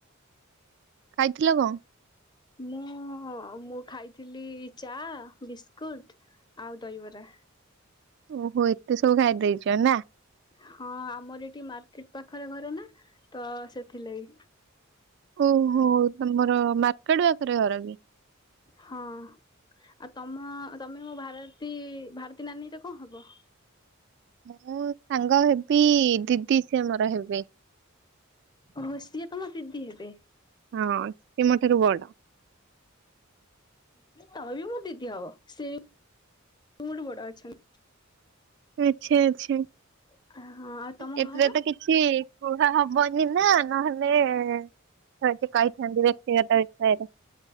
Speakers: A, on the right; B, on the left.
A: ଖାଇଥିଲ କଁ?
B: ମୁଁ ମୁଁ ଖାଇଥିଲି ଚାଆ, ବିସ୍କୁଟ ଆଉ ଦହିବରା।
A: ଓହୋ ଏତେ ସବୁ ଖାଇଦେଇଚ ନା।
B: ହଁ ଆମର ଏଠି ମାର୍କେଟ ପାଖରେ ଘର ନା ତ ସେଥିଲାଗ।
A: ଓହୋ ତମର ମାର୍କେଟ ପାଖରେ ଘର କି?
B: ହଁ ଆଉ ତମ ତମେ ମୋ ଭାରତୀ ଭାରତୀ ନାନୀରେ କଣ ହବ?
A: ମୁଁ ସାଙ୍ଗ ହେବି ଦିଦି ସିଏ ମୋର ହେବେ।
B: ଅ ସିଏ ତମ ଦିଦି ଥିଲେ।
A: ହଁ ସେ ମୋ ଠାରୁ ବଡ।
B: ତମ ବି ମୋର ଦିଦି ହବ ସେ ମୋଠ ବଡ ଅଛନ୍ତି।
A: ଆଚ୍ଛା ଆଚ୍ଛା।
B: ହଁ। ତମ
A: ଏଥିରେ
B: ଘର
A: ତ କିଛି କୁହା ହବନି ନା ନହେଲେ ନେ କହିଥାନ୍ତି ବ୍ୟକ୍ତିଗତ ବିଷୟରେ।